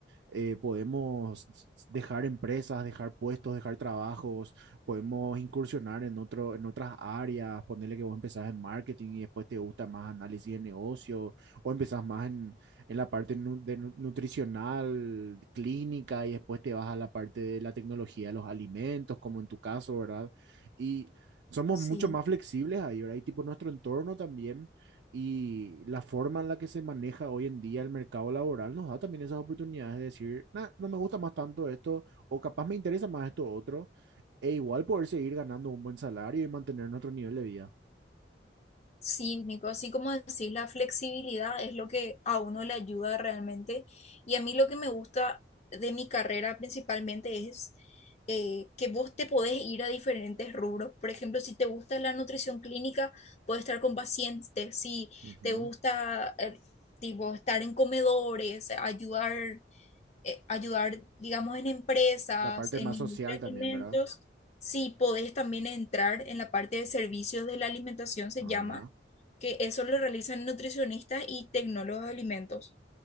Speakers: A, on the right (about 75°); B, on the left (about 40°).
A: eh, podemos dejar empresas, dejar puestos, dejar trabajos, podemos incursionar en otro, en otras áreas, ponerle que vos empezás en marketing y después te gusta más análisis de negocio, o empezás más en, en la parte nu- de nu- nutricional, clínica, y después te vas a la parte de la tecnología de los alimentos, como en tu caso, ¿verdad? Y somos
B: Sí.
A: mucho más flexibles ahí, ¿verdad? Y tipo nuestro entorno también y la forma en la que se maneja hoy en día el mercado laboral nos da también esas oportunidades de decir, "Nah, no me gusta más tanto esto, o capaz me interesa más esto otro, e igual poder seguir ganando un buen salario y mantener nuestro nivel de vida.
B: Sí, Nico, así como decís, la flexibilidad es lo que a uno le ayuda realmente. Y a mí lo que me gusta de mi carrera principalmente es eh, que vos te podés ir a diferentes rubros. Por ejemplo, si te gusta la nutrición clínica, podés estar con pacientes. Si
A: Ujú.
B: te gusta eh, tipo, estar en comedores, ayudar, eh, ayudar, digamos, en empresas,
A: La parte
B: en
A: más
B: industria
A: social también,
B: de alimentos.
A: ¿verdad?
B: Sí, podés también entrar en la parte de servicios de la alimentación, se
A: Ah,
B: llama
A: mira,
B: que eso lo realizan nutricionistas y tecnólogos de alimentos.